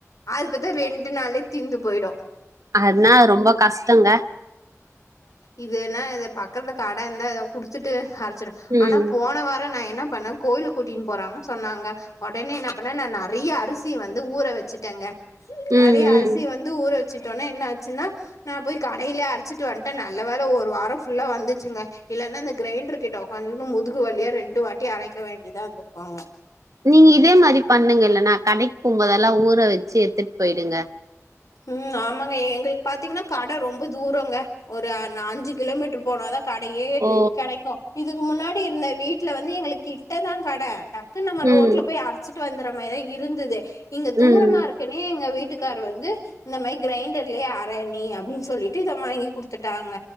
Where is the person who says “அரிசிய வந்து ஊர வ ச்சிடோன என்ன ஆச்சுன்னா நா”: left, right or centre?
Left